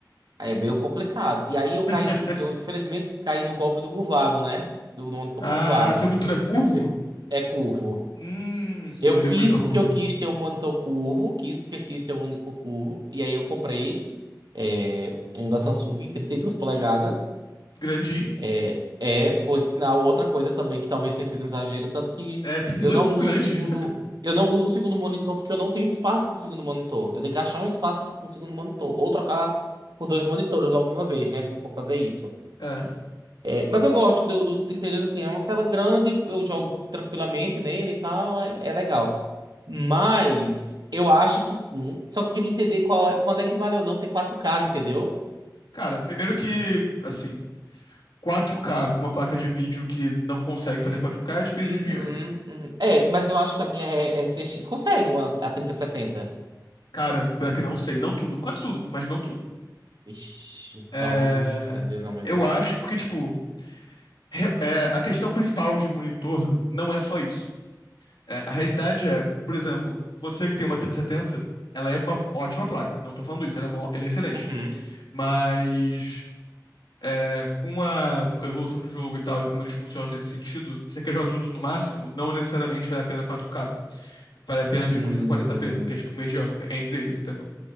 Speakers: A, on the right; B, on the left.
A: É meio complicado. E aí
B: <laughs>
A: eu caí, eu infelizmente caí no golpe do curvado, né? Do do monitor
B: Ah,
A: curvado.
B: seu monitor é curvo?
A: Eu- É curvo.
B: Hum,
A: Eu
B: eu odeio
A: quis
B: monitor
A: porque
B: curvo.
A: eu quis ter um monitor curvo, quis porque quis ter um monitor curvo, e aí eu comprei é, um da Samsung, 32 polegadas.
B: Grandinho.
A: É, é, por sinal, outra coisa também que talvez tenha sido um exagero, tanto que
B: É, 32
A: eu não
B: é muito
A: uso
B: grande.
A: um segundo,
B: <laughs>
A: eu não uso um segundo monitor porque eu não tenho espaço para um segundo monitor. Eu tenho que achar um espaço aqui para um segundo monitor, ou trocar por dois monitores logo de uma vez, né, se eu for fazer isso.
B: É.
A: É, mas eu gosto do, do 32, assim, é uma tela grande, eu jogo tranquilamente nele e tal, é, é legal. Mas eu acho que sim. Só que eu queria entender qual, é- quando é que vale ou não ter quatro k entendeu?
B: Cara, primeiro que, assim, 4K com uma placa de vídeo que não consegue fazer 4K é desperdício
A: Uhum,
B: de dinheiro.
A: uhum. É, mas eu acho que a minha R- RTX consegue uma, a 3070.
B: Cara, pior que não sei. Não tudo, quase tudo, mas não tudo.
A: Ixi, então,
B: É,
A: não sei dizer não mesmo
B: Eu
A: não.
B: acho, porque, tipo, re- é, a questão principal de monitor não é só isso. É, a realidade é, por exemplo, você que tem uma 3070, ela é uma ótima placa. Não tô falando isso, ela é, uma- ela é excelente.
A: Uhum.
B: Mas é, com a evolução do jogo e tal, e como eles funcionam nesse sentido, você quer jogar tudo no máximo, não necessariamente vale a pena 4K. Vale a pena
A: Hum,
B: 1440p, que é tipo o mediano, é entre eles, entendeu?